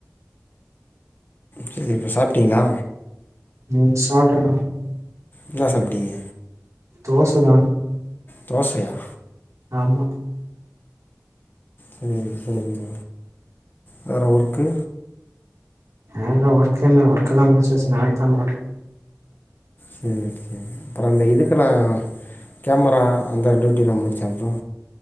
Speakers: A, on the left; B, on the right.
A: சரி இப்ப சாப்ட்டீங்ளா
B: ம் சாப்ட
A: இன்ன சாப்டிங்க
B: தோச தான்
A: தோசையா
B: ஆமா
A: சேரி சரிங்க வேற ஒர்க்கு
B: இந்த ஒர்க்கெல்லா ஒர்க்கலாம் முடிச்சிட் ஸ்நாக்ஸ் <unintelligible>
A: சரி அப்புறம் அந்த இதுக்கெல்லா கேமரா அந்த டியூட்டிலா முடிஞ்சம் ப்ரோ